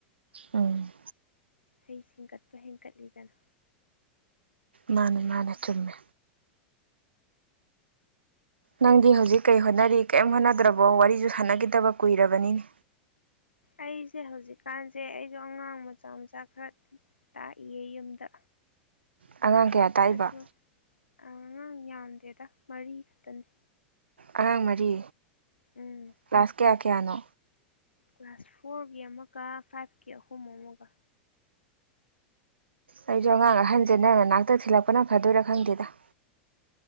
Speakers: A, on the right; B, on the left.
A: ꯎꯝ
B: ꯍꯩ ꯁꯤꯡꯒꯠꯄ ꯍꯦꯟꯀꯠꯂꯤꯗꯅ
A: ꯃꯥꯅꯦ ꯃꯥꯅꯦ ꯆꯨꯝꯃꯦ ꯅꯪꯗꯤ ꯍꯧꯖꯤꯛ ꯀꯩ ꯍꯣꯠꯅꯔꯤ ꯀꯔꯤꯝ ꯍꯣꯠꯅꯗ꯭ꯔꯕꯣ ꯋꯥꯔꯤꯁꯨ ꯁꯥꯟꯅꯒꯤꯗꯕ ꯀꯨꯏꯔꯕꯅꯤꯅꯦ
B: ꯑꯩꯁꯦ ꯍꯧꯖꯤꯛꯀꯥꯟꯁꯦ ꯑꯩꯁꯨ ꯑꯉꯥꯡ ꯃꯆꯥ ꯃꯆꯥ ꯈꯔ ꯇꯥꯛꯏꯌꯦ ꯌꯨꯝꯗ
A: ꯑꯉꯥꯡ ꯀꯌꯥ ꯇꯥꯛꯏꯕ
B: ꯑꯗꯨ ꯑꯉꯥꯡ ꯌꯥꯝꯗꯦꯗ ꯃꯔꯤ ꯈꯛꯇꯅꯤ
A: ꯑꯉꯥꯡ ꯃꯔꯤ
B: ꯎꯝ
A: ꯀ꯭ꯂꯥꯁ ꯀꯌꯥ ꯀꯌꯥꯅꯣ
B: ꯀ꯭ꯂꯥꯁ ꯐꯣꯔꯒꯤ ꯑꯃꯒ ꯐꯥꯏꯚꯀꯤ ꯑꯍꯨꯝ ꯑꯃꯒ
A: ꯑꯩꯁꯨ ꯑꯉꯥꯡ ꯑꯍꯟꯁꯦꯅ ꯅꯪ ꯅꯅꯥꯛꯇ ꯊꯤꯜꯂꯛꯄꯅ ꯐꯗ‌ꯣꯏꯔꯥ ꯈꯪꯗꯦꯗ